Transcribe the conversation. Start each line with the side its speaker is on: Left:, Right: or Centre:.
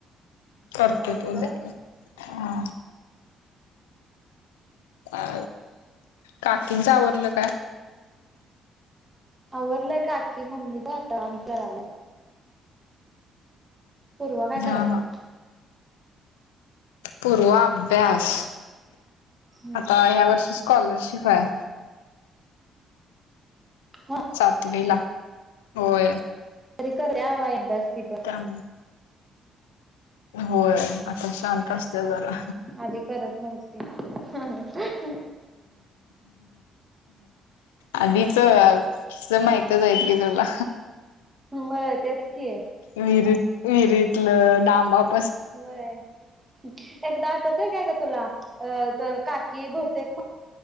Left: करतो
Right: त्याच्यावर
Left: उद्या
Right: कर
Left: हा अ काकींचं आवरलं का
Right: आवरलंय काकी मम्मी जात आमच्या राला पूर्वा काय करायल्या
Left: हा पूर्वा अभ्यास
Right: हम्म
Left: आता ह्या वर्षी स्कॉलरशि व्हय
Right: हा
Left: सातवी ला होय
Right: तरी करतीया व्हय अभ्यास ती पण
Left: काम होय आता शांत असतीया जरा
Right: आधी करत नव्हती ह ह
Left: आधीच समाय वर हायत की तुला
Right: व्हय तेच की
Left: विहरीत विहरीत तुलं नाम अप
Right: व्हय एकदा आठवतयं का ग तुला अ त काच की बहुतेक